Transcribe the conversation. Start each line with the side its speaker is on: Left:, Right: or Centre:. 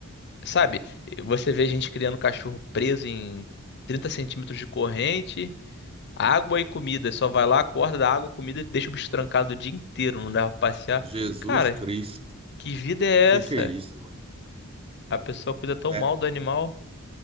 Left: Sabe, você vê gente criando cachorro preso em 30 centímetros de corrente. Água e comida. Só vai lá, acorda, dá água, comida e deixa o bicho trancado o dia inteiro, não leva pra passear.
Right: Jesus
Left: Cara,
Right: Cristo.
Left: que vida é
Right: O que
Left: essa?
Right: que é isso, mano?
Left: A pessoa cuida tão
Right: É.
Left: mal do animal.